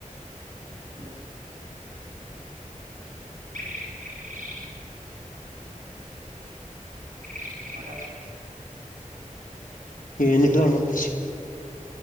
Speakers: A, on the right; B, on the left.
A: ಹ್ಮ್ <unintelligible> <unintelligible> ಮತ.
B: ಏನಿಲ್ಲ ನೋಡು ಮಚ್ಚಿ